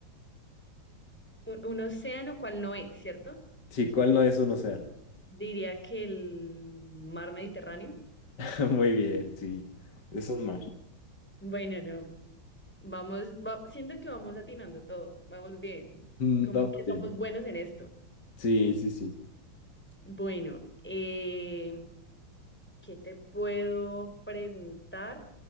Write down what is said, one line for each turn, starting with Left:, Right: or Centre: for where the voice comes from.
Centre: Un, un océano, ¿cuál no es, cierto?
Left: Sí, ¿cuál no es un océano?
Centre: Diría que el mar Mediterráneo.
Left: <laughs> Muy bien, sí. Es un mar.
Centre: Bueno, no. Vamos, va- siento que vamos atinando todo. Vamos bien.
Left: Mm,
Centre: Como
Left: Vamos
Centre: que somos
Left: bien.
Centre: buenos en esto.
Left: Sí, sí, sí.
Centre: Bueno, eh, ¿qué te puedo preguntar?